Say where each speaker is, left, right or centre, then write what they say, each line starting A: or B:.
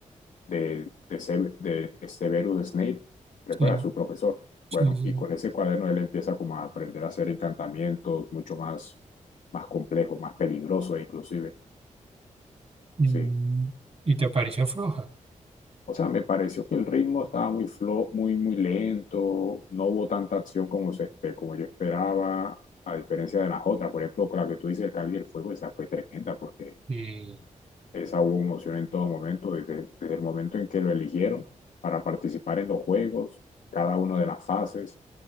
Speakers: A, on the left; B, on the right.
A: de, de, Sever- de Severus Snape, recuerda,
B: Sí,
A: su profesor.
B: sí,
A: Bueno,
B: sí.
A: y con ese cuaderno él empieza como a aprender a hacer encantamientos mucho más, más complejos, más peligrosos inclusive.
B: sí.
A: Sí.
B: Mm, Y te pareció floja.
A: O sea, me pareció que el ritmo estaba muy flo, muy, muy lento, no hubo tanta acción como, se, espe- como yo esperaba, a diferencia de las otras. Por ejemplo, con la que tú dices, el Cáliz del Fuego, esa fue tremenda porque
B: Sí,
A: Esa hubo emoción en todo momento, desde, desde el momento en que lo eligieron para participar en los juegos, cada una de las fases